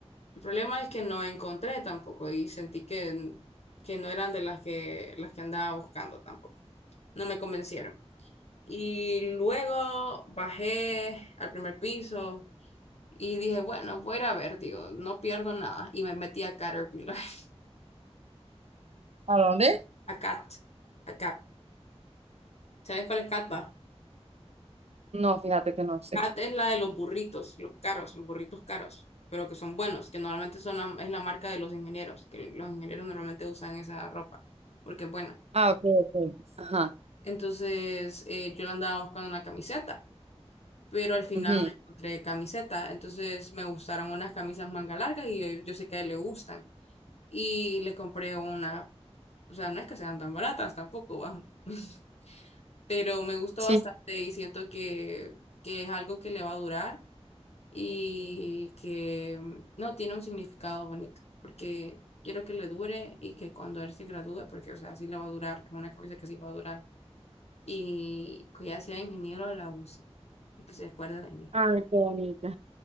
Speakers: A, on the left; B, on the right.
A: El problema es que no encontré tampoco y sentí que, que no eran de las que, las que andaba buscando tampoco. No me convencieron. Y luego bajé al primer piso y dije, bueno, voy a ir a ver, digo, no pierdo nada. Y me metí a Caterpillar, <laughs>
B: ¿A dónde?
A: a Cat, a Cat. ¿Sabes cuál es Cat, va?
B: No, fíjate que no sé.
A: Cat es la de los burritos, los caros, los burritos caros, pero que son buenos, que normalmente son la, es la marca de los ingenieros, que los ingenieros normalmente usan esa ropa, porque es buena.
B: Ah, ok, ok. Ajá.
A: Entonces, eh, yo le andaba buscando una camiseta, pero al final
B: ujú.
A: no encontré camiseta. Entonces, me gustaron unas camisas manga largas y yo, yo sé que a él le gustan. y le compré una, o sea, no es que sean tan baratas tampoco, va, <laughs> pero me gustó
B: Sí.
A: bastante y siento que, que es algo que le va a durar y que mm, no tiene un significado bonito, porque quiero que le dure y que cuando él se gradúe, porque o sea, sí le va a durar, es una camisa que sí va a durar, y que ya sea ingeniero la use y que se acuerde de mí.
B: Ay, qué bonito.